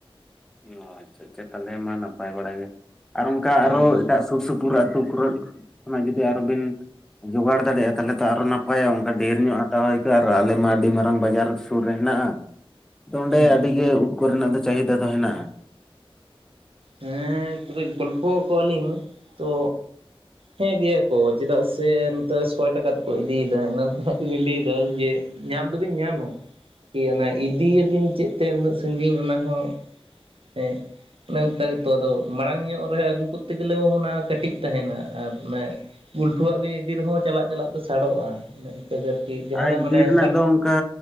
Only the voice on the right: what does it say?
ᱦᱮᱸ
ᱦᱮᱸ
ᱦᱮᱸ ᱛᱚᱵᱮ ᱜᱚᱞᱯᱷᱚ ᱟᱠᱚᱣᱟᱞᱤᱧ ᱛᱚ ᱦᱮᱸ ᱜᱮᱭᱟ ᱠᱚ ᱪᱮᱫᱟᱜ ᱥᱮ ᱱᱚᱛᱮ ᱥᱚᱭ ᱴᱟᱠᱟ ᱛᱮᱠᱚ ᱤᱫᱤᱭᱮᱫᱟ ᱤᱱᱟᱱ ᱠᱷᱱᱟᱜ ᱜᱮᱞᱤᱧ ᱞᱟᱹᱭᱮᱫᱟ ᱡᱮ ᱧᱟᱢ ᱫᱚᱵᱤᱱ ᱧᱟᱢᱟ ᱠᱤ ᱚᱱᱟ ᱤᱫᱤᱭᱟᱤᱭᱟᱵᱤᱱ ᱪᱮᱫ ᱛᱮ ᱩᱱᱟᱹᱜ ᱥᱟᱺᱜᱤᱧ ᱚᱱᱟ ᱦᱚᱸ ᱦᱮᱸ ᱚᱱᱮ ᱚᱱᱠᱟ ᱜᱮᱛᱚ ᱟᱫᱚ ᱢᱟᱲᱟᱝ ᱧᱚᱜ ᱨᱮ ᱟᱹᱜᱩ ᱠᱚᱨᱛᱮ ᱜᱮᱞᱮ ᱦᱚᱸ ᱚᱱᱟ ᱠᱟᱹᱴᱤᱡ ᱛᱟᱦᱮᱱᱟ ᱟᱨ ᱚᱱᱮ ᱜᱩᱞᱴᱩᱣᱟᱜ ᱵᱤᱱ ᱤᱫᱤ ᱨᱮᱦᱚᱸ ᱪᱟᱞᱟᱜ ᱪᱟᱞᱟᱜ ᱛᱮ ᱥᱟᱲᱚᱜᱼᱟ ᱚᱱᱮ ᱚᱱᱠᱟ ᱜᱮ ᱟᱨᱠᱤ ᱡᱟᱦᱟᱱᱟᱜ
ᱢᱟᱱᱮ
ᱚᱱᱠᱟ